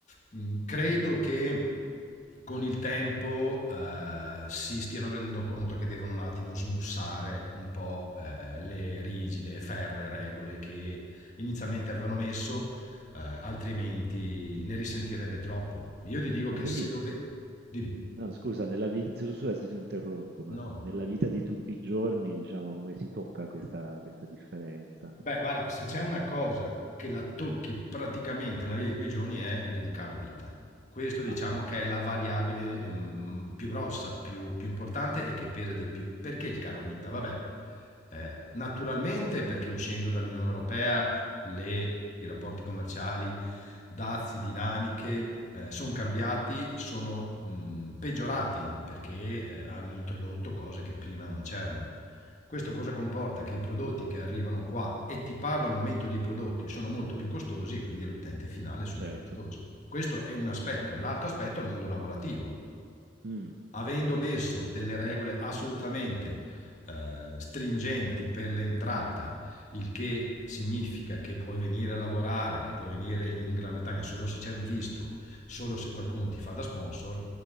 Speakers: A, on the left; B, on the right.
A: Mhmm, credo che con il tempo, ehm, si stiano rendendo conto che devono un attimo smussare un po', ehm, le rigide, ferree regole che inizialmente avevano messo, eh, altrimenti ne risentirebbe troppo. Io ti dico
B: Ma
A: che
B: quindi,
A: se dove... Dimmi.
B: no, scusa, nella vita, scusa se ti ho interrotto, ma
A: No.
B: nella vita di tutti i giorni, diciamo, come si tocca questa, questa differenza?
A: Beh, guarda, se c'è una cosa che la tocchi praticamente nella vita di tutti i giorni è il rincaro vita. Questo diciamo
B: Ah,
A: che è la variabile ehm, più grossa, più, più importante e che pesa di più. Perché il caro vita? Vabbè, eh, naturalmente perché uscendo dall'Unione Europea le- i rapporti commerciali, dazi, dinamiche sono cambiati, sono mh, peggiorati perché eh, hanno introdotto cose che prima non c'erano. Questo cosa comporta? Che i prodotti che arrivano qua, e ti parlo al momento di prodotti, sono molto più costosi e quindi all'utente finale sono
B: certo.
A: più costosi. Questo è un aspetto. L'altro aspetto è il mondo lavorativo.
B: Mm,
A: Avendo messo delle regole assolutamente eh, stringenti per l'entrata, il che significa che puoi venire a lavorare e puoi venire in Gran Bretagna solo se c'è un visto, solo se qualcuno ti fa da sponsor,